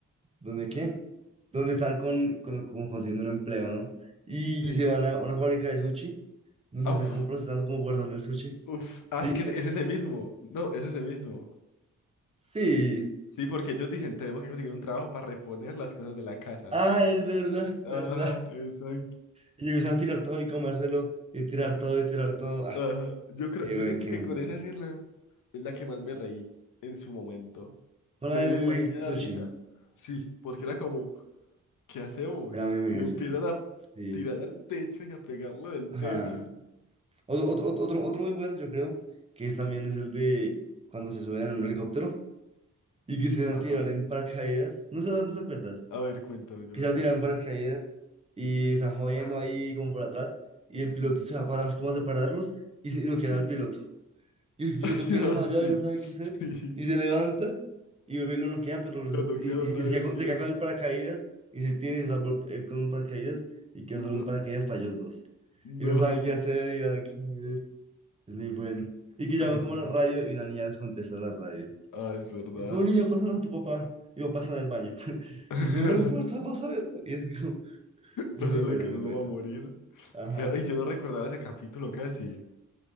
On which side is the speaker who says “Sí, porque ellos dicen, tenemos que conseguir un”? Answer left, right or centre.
Left